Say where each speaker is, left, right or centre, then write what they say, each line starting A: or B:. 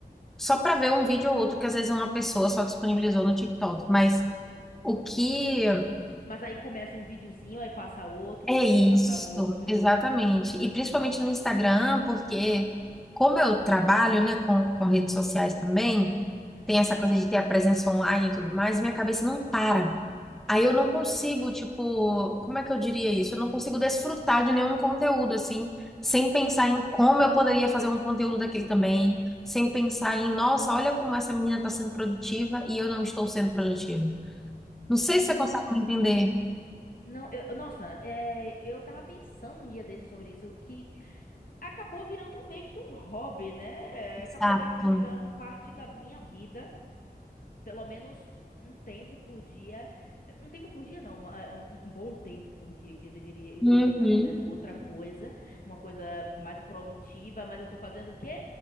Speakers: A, in the centre; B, on the left (about 60°).
A: Só pra ver um vídeo ou outro que às vezes uma pessoa só disponibilizou no TikTok. Mas o que
B: Mas aí começa um videozinho, aí passa outro,
A: é isso?
B: aí passa outro.
A: Exatamente. E principalmente no Instagram, porque como eu trabalho, né, com, com redes sociais também,
B: Uhum.
A: tem essa coisa de ter a presença online e tudo mais, minha cabeça não para. Aí eu não consigo, tipo, como é que eu diria isso? Eu não consigo desfrutar de nenhum conteúdo, assim, sem pensar em como eu poderia fazer um conteúdo daquele também, sem pensar em, nossa, olha como essa menina está sendo produtiva e eu não estou sendo produtiva. Não sei se
B: Sim.
A: você consegue me entender.
B: Não, eu, nossa, é, eu tava pensando um dia desses sobre isso, que acabou virando um meio que um hobby, né?
A: Exato.
B: É, Acabou meio que virando parte da minha vida. pelo menos um tempo por dia. Um tempo por dia não, uma- é um, um bom tempo por dia que eu deveria, eu
A: Uhum.
B: poderia estar fazendo outra coisa, uma coisa mais produtiva, mas eu tô fazendo o quê?